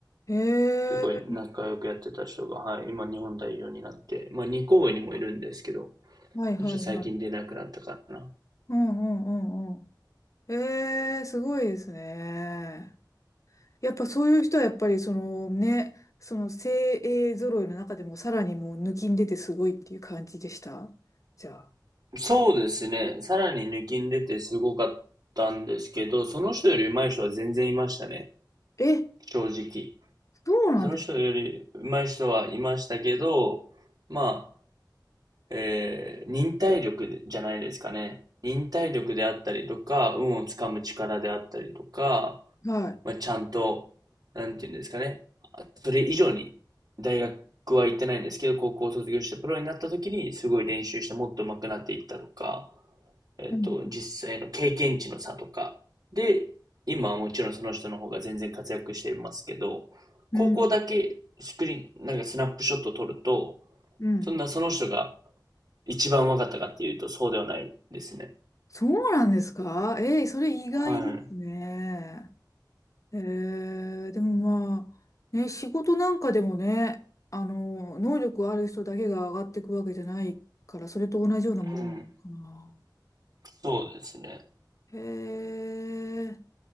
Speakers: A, on the left (about 45°); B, on the right (about 55°).
A: ええ、
B: すごい仲良くやってた人が、はい、今日本代表になって、まあ二個上にもいるんですけど、
A: はいはいはい。
B: そして最近出なくなったかな。
A: うんうんうんうん。ええ、すごいですね。やっぱそういう人はやっぱりそのね、その精鋭揃いの中でもさらにもう抜きん出てすごいっていう感じでした。じゃあ。
B: そうですね、さらに抜きん出てすごかったんですけど、その人より上手い人は全然いましたね、
A: え、
B: 正直。
A: そうなんですか
B: その人より上手い人はいましたけど、まあ、えー忍耐力でじゃないですかね。忍耐力であったりとか、運をつかむ力であったりとか、
A: はい。
B: まあ、ちゃんと、なんていうんですかね。それ以上に大学は行ってないんですけど、高校を卒業してプロになった時にすごい練習してもっと上手くなっていったとか、えっと、
A: うん
B: 実際の経験値の差とか。で、今はもちろんその人の方が全然活躍していますけど、
A: うん
B: 高校だけスクリーン、なんかスナップショット撮ると、
A: うん。
B: そんなその人が一番分かったかっていうとそうではないですね。
A: そうなんですかええ、それ意外ですね。
B: はい。
A: えー、でもまあ、ね、仕事なんかでもね、あの、能力ある人だけが上がっていくわけじゃないから、それと同じようなもんなのかな。
B: うん。そうですね。
A: へえ、